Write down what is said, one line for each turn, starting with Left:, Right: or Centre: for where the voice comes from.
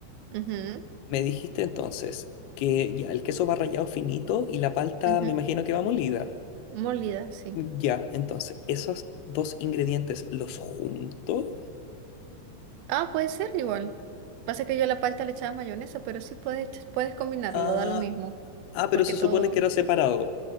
Right: <laughs> Ujú,
Left: Me dijiste entonces que ya el queso va rallado finito y la palta
Right: ujú.
Left: me imagino que va molida.
Right: Molida, sí.
Left: Ya, entonces, esos dos ingredientes los junto.
Right: Ah, puede ser igual. Pasa que yo a la palta le echaba mayonesa, pero sí puedes, ech- puedes combinarlo,
Left: Ah,
Right: da lo mismo.
Left: ah, pero
Right: Porque
Left: se
Right: todo.
Left: supone que era separado.